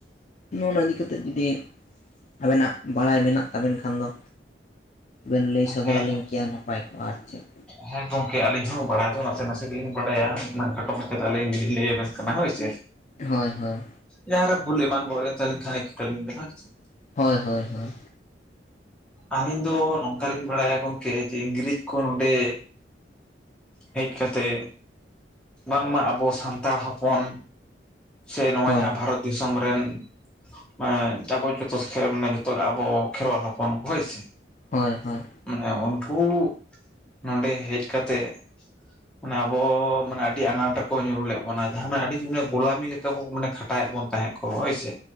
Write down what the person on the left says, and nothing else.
ᱱᱚᱣᱟ ᱤᱫᱤ ᱠᱟᱛᱮᱫ ᱡᱩᱫᱤ ᱟᱵᱮᱱᱟᱜ ᱵᱟᱲᱟᱭ ᱢᱮᱱᱟᱜ ᱛᱟᱵᱮᱱ ᱠᱷᱟᱱ ᱫᱚ ᱵᱮᱱ ᱞᱟᱹᱭ ᱥᱚᱫᱚᱨ
ᱟᱹᱞᱤᱧ ᱠᱮᱭᱟ᱾ ᱱᱟᱯᱟᱭ ᱠᱚᱜᱼᱟ, ᱟᱨ ᱪᱮᱫ?
ᱦᱳᱭ, ᱦᱳᱭ᱾
ᱦᱳᱭ ᱦᱳᱭ ᱦᱳᱭ᱾
ᱦᱳᱭ
ᱦᱚᱭ ᱦᱚᱭ᱾